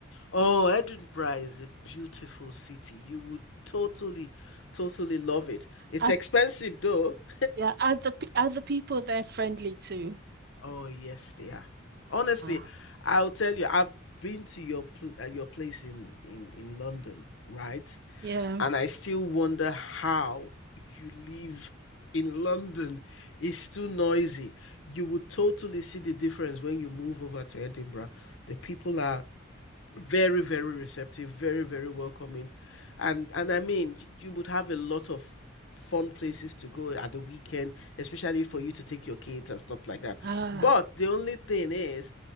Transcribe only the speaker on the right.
Are,
yeah, are the, pe- are the people there friendly too?
Ah.
Yeah.
Uh,